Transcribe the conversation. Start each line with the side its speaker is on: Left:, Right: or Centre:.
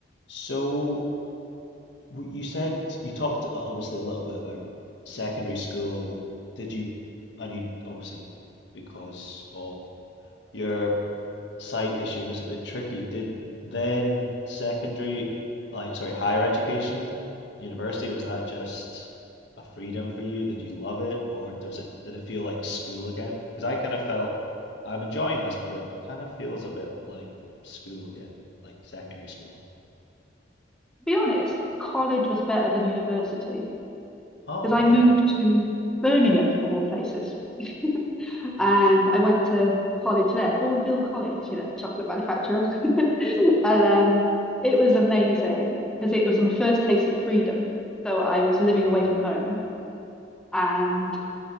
Left: So w- you said you talked uh, obviously a little bit about secondary school. Did you, and you obviously because of your sight issue was a bit tricky. Did then secondary, like sorry, higher education, university, was that just a freedom for you? Did you love it, or was it did it feel like school again? Because I kind of felt I'm enjoying this, but it kind of feels a bit like school again, like secondary school.
Centre: To be honest, college was better than university
Left: Oh,
Centre: because I
Left: okay.
Centre: moved to Birmingham, of all places. <laughs>
Left: <laughs>
Centre: And I went to college there, Bourneville College, you know, the chocolate manufacturer. <laughs> And um, it was amazing because it was my first taste of freedom. So I was living
Left: Yeah,
Centre: away from home and